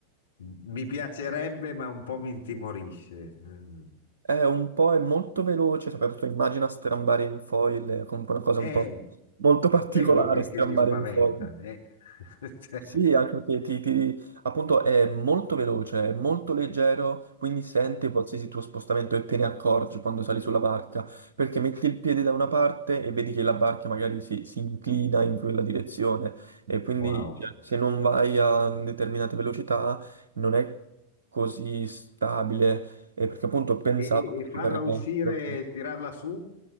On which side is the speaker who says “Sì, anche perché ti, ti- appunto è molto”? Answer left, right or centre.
Right